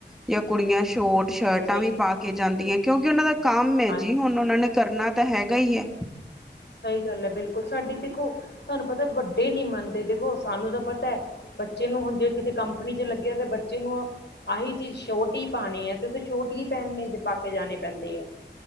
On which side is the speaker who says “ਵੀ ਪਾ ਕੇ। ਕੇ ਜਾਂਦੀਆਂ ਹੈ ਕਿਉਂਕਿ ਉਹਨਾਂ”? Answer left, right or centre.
Centre